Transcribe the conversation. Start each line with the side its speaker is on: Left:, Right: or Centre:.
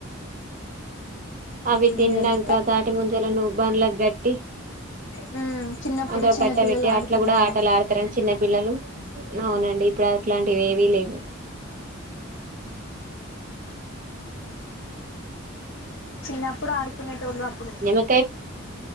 Right: అవి
Left: ముంజలు
Right: తిన్నాక తాటి ముంజలను బండ్లక్ గట్టి
Left: ఉమ్ చిన్నప్పుడు
Right: అందోకట్ట
Left: చిన్న పిల్లలు
Right: పెట్టి
Left: ఆడుకునేవారు
Right: అట్లా కూడా ఆటలు ఆడతారండి. చిన్న పిల్లలు అవునండి ఇప్పుడు అట్లాంటి ఇవేవీ లేవు
Left: చిన్నప్పుడు ఆడుకునేట్ ఓల్ అప్పుడు
Right: నిమ్మకాయ